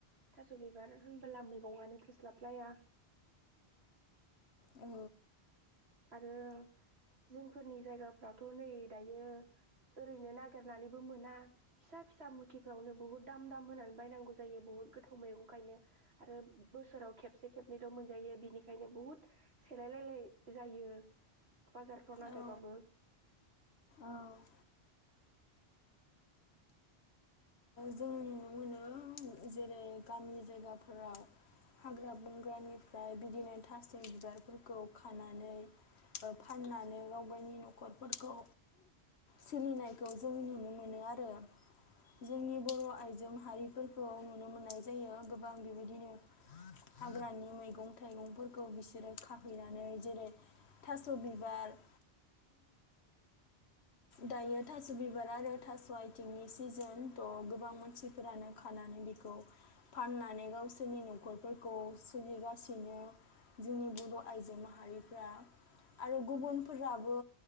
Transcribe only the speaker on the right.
थास बिबार होनबोला मैगंआनो थोस्लाबलाया
आरो जोंफोरनि जायगाफ्राथ नै दायो ओरैनो ना नागिरनाबो मोना फिसा फिसा मुथि <inaudible> बुहुद दाम दाम होनानै बायनांगौ जायो जायो बहुत गोथाव मैगंखायनो आरो बोसोराव खेबसे खेबनैल मोनजायो बिनिखायनो बुहुत सेलायलायलाय जायो। बाजारफ्राव नागिरबाबो।